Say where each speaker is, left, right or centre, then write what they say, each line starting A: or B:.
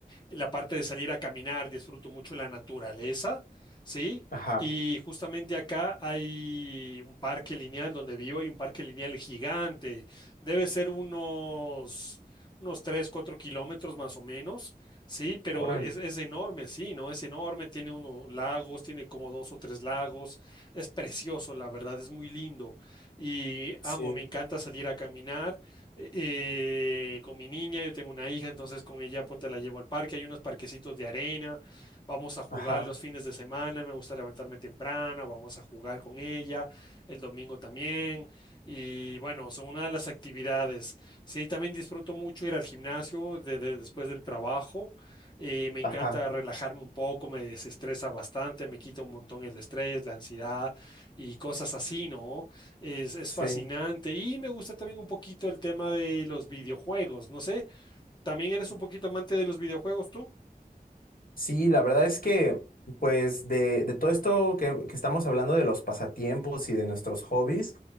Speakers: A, on the left (about 30°); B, on the left (about 65°).
A: la parte de salir a caminar, disfruto mucho la naturaleza, ¿sí?
B: Ajá,
A: Y justamente acá hay un parque lineal donde vivo, hay un parque lineal gigante, debe ser unos, unos 3, 4 kilómetros más o menos, ¿sí? Pero
B: órale.
A: es, es enorme, sí, ¿no? Es enorme, tiene unos lagos, tiene como dos o tres lagos, es precioso, la verdad, es muy lindo. Y
B: Sí,
A: amo, me encanta salir a caminar eh, eh, con mi niña, yo tengo una hija, entonces con ella ponte la llevo al parque, hay unos parquecitos de arena, vamos a jugar
B: ajá,
A: los fines de semana, me gusta levantarme temprano, vamos a jugar con ella, el domingo también, y bueno, son una de las actividades. Sí, también disfruto mucho ir al gimnasio de- de- después del trabajo, eh, me encanta
B: ajá,
A: relajarme un poco, me desestresa bastante, me quita un montón el estrés, la ansiedad y cosas así, ¿no? Es, es
B: sí.
A: fascinante y me gusta también un poquito el tema de los videojuegos. No sé, ¿también eres un poquito amante de los videojuegos tú?
B: Sí, la verdad es que, pues, de, de todo esto que, que estamos hablando de los pasatiempos y de nuestros hobbies,